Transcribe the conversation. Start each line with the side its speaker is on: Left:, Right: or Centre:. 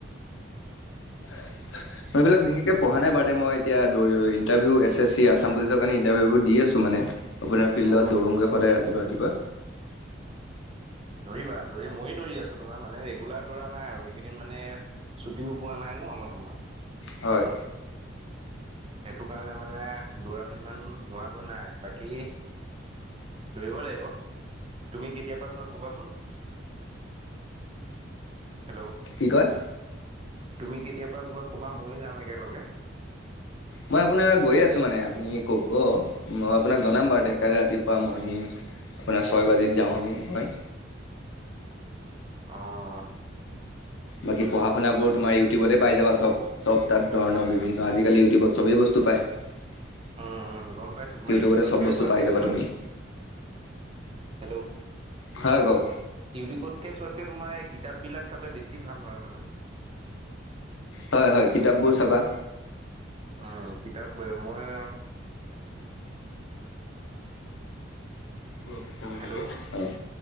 Left: <unintelligible> মই এইবিলাক বিশেষকে পঢ়া নাই বাদে মই এতিয়া দৌৰি-দৌৰি interview, S S C Assam পুলিচৰ কাৰণে ইন্টাৰভিউ দি আছো মানে। আপোনাৰ ফিল্ডত
Right: অ
Left: দৌৰোঁগৈ সদায় ৰাতিপুৱা ৰাতিপুৱা।
Right: ধৰিবা। দৌৰি মই দৌৰি আছো, তোমাৰ মানে ৰেগুলাৰ দৌৰা নাই আৰু এইকেইদিন মানে ছুটিও পোৱা নাই ন মই তোমাৰ-
Left: হয়।
Right: সেইটো কাৰণে মানে দৌৰাটো ইমান হোৱাকৈ নাই। বাকী- লৰিব লাগিব। তুমি কেতিয়াৰ পৰাা যোৱা কবাচোন? হেল্ল'
Left: কি কয়?
Right: তুমি কেতিয়া পৰা যোৱা ক'বা, ময় যাম একেলগে।
Left: মই আপোনাৰ গৈয়ে আছো মানে আপুনি কব ম আপোনাক জনাম বাৰু তেতিয়া কাইলে ৰাতিপুৱা মৰ্ণিং। আপোনাৰ ছয় বাজিত যাওঁ আমি মই।
Right: আহ।
Left: বাকী পঢ়া শুনাবোৰ তোমাৰ ইউটিউবতে পাই যাবা চব -চব তাত ধৰণৰ বিভিন্ন, আজিকালি ইউটিউবত চবেই বস্তু- ডুবাই। ইউটিউবতে
Right: উম উম গম পাইছো তোমাৰ ইউটিউবতকে
Left: চব বস্তু
Right: চোৱাতকে
Left: পাই যাবা
Right: তোমাৰ
Left: তুমি।
Right: হেল্ল'!
Left: হয় কওঁক।
Right: ইউটিউবত কে চোৱাতকে তোমাৰ। কিতাপ বিলাক চালে বেছি ভাল হয় মানে।
Left: হয় হয় কিতাপবোৰ চাবা।
Right: উম কিতাপ মই।
Left: সুৰক্ষিত হৈ
Right: হেল্ল'
Left: থাকে হয়